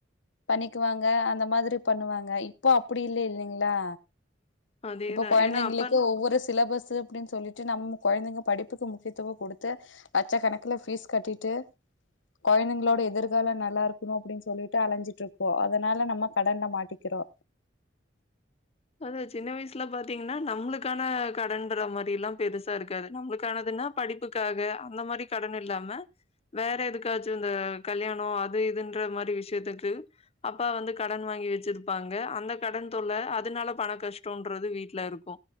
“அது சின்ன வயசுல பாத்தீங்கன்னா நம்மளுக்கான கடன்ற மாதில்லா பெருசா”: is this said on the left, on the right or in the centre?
Left